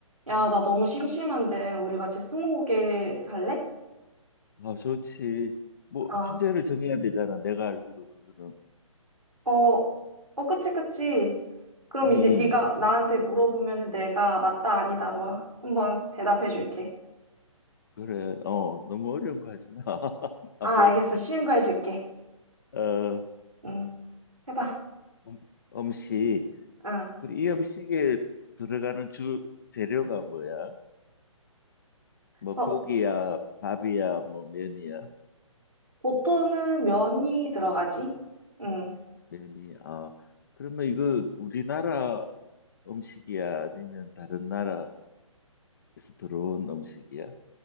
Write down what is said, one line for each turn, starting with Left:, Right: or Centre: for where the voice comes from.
Right: 야, 나 너무 심심한데, 우리 같이 스무고개 할래?
Left: 아, 좋지. 뭐,
Right: 아,
Left: 주제를 정해야 되잖아. 내가 알기로 그거는.
Right: 어, 어, 그치, 그치. 그럼
Left: 음,
Right: 이제 네가
Left: 음.
Right: 나한테 물어보면은 내가 맞다, 아니다로 한번 대답해 줄게.
Left: 그래. 어, 너무 어려운 거 하지 마. <laughs>
Right: 아,
Left: 아, 머리,
Right: 알겠어. 쉬운 거 해줄게.
Left: 어,
Right: 응, 해봐.
Left: 음, 음식.
Right: 응.
Left: 그리고 이 음식에 들어가는 주 재료가 뭐야? 뭐,
Right: 어,
Left: 고기야, 밥이야, 뭐, 면이야,
Right: 보통은 면이 들어가지? 응.
Left: 면이. 아, 그러면 이건 우리나라 음식이야? 아니면 다른 나라에서 들어온 음식이야?